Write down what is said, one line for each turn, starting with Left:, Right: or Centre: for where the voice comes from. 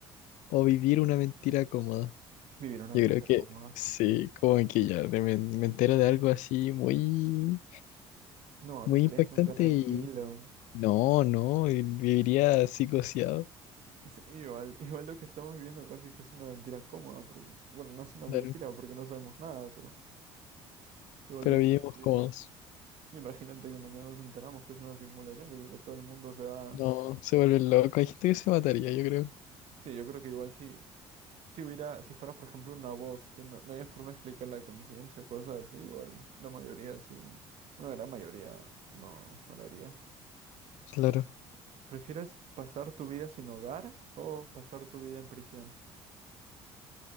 Left: o vivir una mentira cómoda.
Right: Vivir una
Left: Yo
Right: aventura
Left: creo que
Right: cómoda.
Left: sí, como que ya de- me, me entero de algo así muy,
Right: No,
Left: muy
Right: no estarías
Left: impactante
Right: nunca tranquilo.
Left: y no, no, y viviría psicoseado,
Right: Sí, igual, igual lo que estamos viviendo casi que es una mentira cómoda, porque, bueno, no es una
Left: claro,
Right: mentira porque no sabemos nada, pero igual
Left: pero
Right: vivimos
Left: vivimos
Right: felices.
Left: cómodos.
Right: Imagínate que mañana nos enteramos que es una simulación, yo creo que todo el mundo se va...
Left: No, se vuelve loco. Hay gente que se mataría, yo creo.
Right: Sí, yo creo que igual si, si hubiera, si fuera, por ejemplo, una voz, que no, no haya forma de explicar la conciencia o cosas así, igual la mayoría sí, una gran mayoría no, no lo haría.
Left: Claro.
Right: ¿Prefieres pasar tu vida sin hogar o pasar tu vida en prisión?